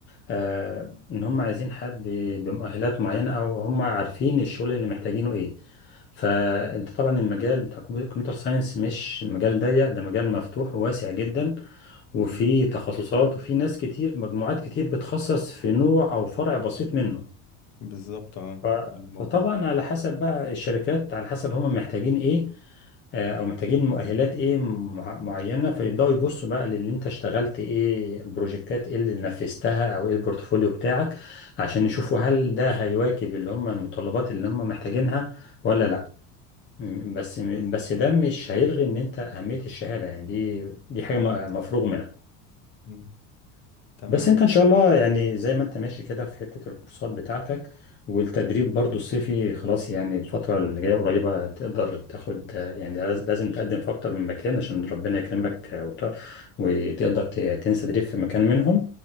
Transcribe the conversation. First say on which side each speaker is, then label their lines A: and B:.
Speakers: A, on the left; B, on the left.
A: آه ان هم عايزين حد بمؤهلات معينه او هم عارفين الشغل اللي محتاجينه ايه فانت طبعا المجال بتاع الكمبيوتر ساينس مش مجال ضيق ده مجال مفتوح وواسع جدا وفي
B: مم.
A: تخصصات وفي ناس كتير مجموعات كتير بتخصص في نوع او فرع بسيط منه
B: بالظبط اه
A: ف-
B: اللي موجود
A: فطبعا على حسب بقى الشركات على حسب هم محتاجين ايه آه، او محتاجين مؤهلات ايه مع- معينه فيبداوا يبصوا بقى للي انت اشتغلت ايه البروجكتات ايه اللي نفذتها او ايه البورتفوليو بتاعك عشان يشوفوا هل ده هيواكب اللي هم المتطلبات اللي هم محتاجينها ولا لا م- بس بس ده مش هيلغي ان انت اهميه الشهاده يعني دي دي حاجه م- مفروغ منها
B: مم. تمام
A: بس انت ان شاء الله يعني زي ما انت ماشي كده في حتة الكورسات بتاعتك والتدريب برضو الصيفي خلاص يعني الفترة اللي جاية قريبة تقدر تاخد يعني لاز- لازم تقدم في اكتر من مكان عشان ربنا يكرمك وت- وتقدر ت- تنسى تدريب في مكان منهم